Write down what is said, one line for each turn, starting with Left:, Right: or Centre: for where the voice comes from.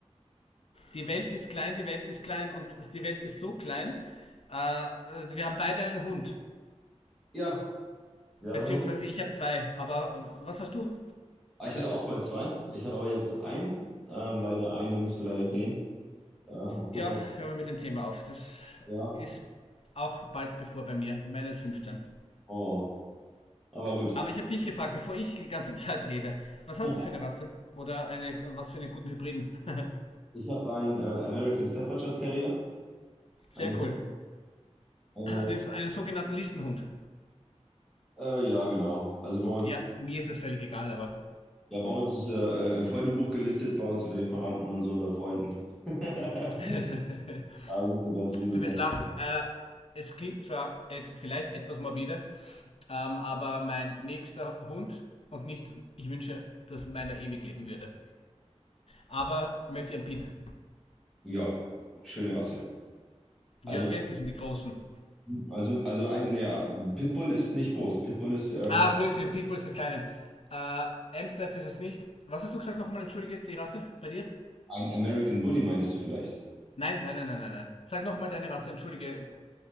Left: Die Welt ist klein, die Welt ist klein und die Welt ist so klein. Äh, wir haben beide einen Hund.
Centre: Ja, ja,
Left: Beziehungsweise
Centre: mein Hund.
Left: ich habe zwei. Aber äh, was hast du?
Centre: Ah, Ich hatte auch mal zwei. Ich habe aber jetzt einen, ähm, weil der eine musste leider gehen. Ja,
Left: Ja,
Centre: <laughs>
Left: hören wir mit dem Thema auf. Das
Centre: ja.
Left: ist auch bald bevor bei mir. Meine ist 15.
Centre: Oh. Aber gut.
Left: Aber ich habe dich gefragt, bevor ich die ganze <laughs> Zeit rede, was hast
Centre: <laughs>
Left: du für eine Ratze? Oder eine, was für einen guten Hybriden? <laughs>
Centre: Ich habe einen äh, American Staffordshire Terrier.
Left: Sehr
Centre: Eine,
Left: cool.
Centre: eine,
Left: Den, einen sogenannten Listenhund.
Centre: äh, ja, genau. Also bei uns,
Left: Ja, mir ist das völlig egal, aber
Centre: ja, bei uns ist er äh, im Freudebuch gelistet, bei uns unter den Verwandten und so unter Freunden. <laughs>
Left: <laughs> du
Centre: Ja, sie ist eine ganz liebe,
Left: wirst
Centre: ganz.
Left: lachen. Äh, es klingt zwar et vielleicht etwas morbide, ähm, aber mein nächster Hund und nicht, ich wünsche, dass meiner ewig leben würde. Aber möchte ich einen Pit.
Centre: Ja, schöne Rasse. Also,
Left: Ja, gell, das sind die Großen.
Centre: also, also ein, naja, Pitbull ist nicht groß. Pitbull ist äh,
Left: Ah, Blödsinn, Pitbull ist das Kleine. Äh, Amstaff ist es nicht. Was hast du gesagt nochmal? Entschuldige, die Rasse bei dir?
Centre: ein American Bully, meintest du vielleicht?
Left: Nein, nein, nein, nein, nein, nein. Sag nochmal deine Rasse, entschuldige.